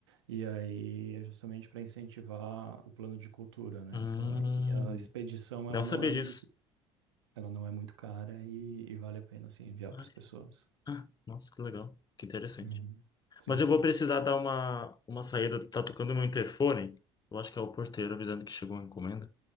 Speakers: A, on the right; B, on the left.
A: e aí é justamente para incentivar o plano de cultura, né?
B: hum,
A: Então aí a expedição
B: não
A: ela não
B: sabia
A: é muito,
B: disso.
A: ela não é muito cara e, e vale a pena, assim, enviar para
B: Ai,
A: as pessoas.
B: Ah, nossa, que legal. Que interessante.
A: Uhum. Sim,
B: Mas
A: sim.
B: eu vou precisar dar uma, uma saída. Tá tocando meu interfone. Eu acho que é o porteiro avisando que chegou uma encomenda.